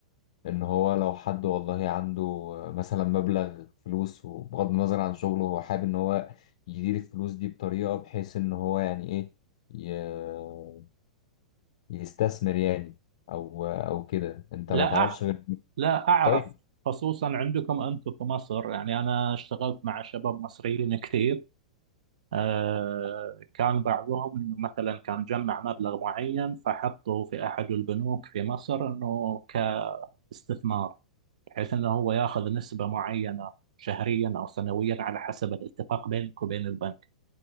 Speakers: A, on the left (about 60°); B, on the right (about 75°).
A: ان هو لو حد والله عنده آه، مثلا مبلغ فلوس وبغض النظر عن شغله هو حابب ان هو يدير الفلوس دي بطريقة بحيث ان هو يعني ايه ي- يستثمر يعني او او كده انت
B: لا
A: ما تعرفش غير
B: لا أعرف
A: طيب
B: خصوصا عندكم أنتم في مصر يعني أنا اشتغلت مع شباب مصريين كثير آه كان بعضهم إنه مثلا كان جمع مبلغ معين فحطه في أحد البنوك في مصر إنه كاستثمار بحيث إنه هو ياخذ نسبة معينة شهريا أو سنويا على حسب الاتفاق بينك وبين البنك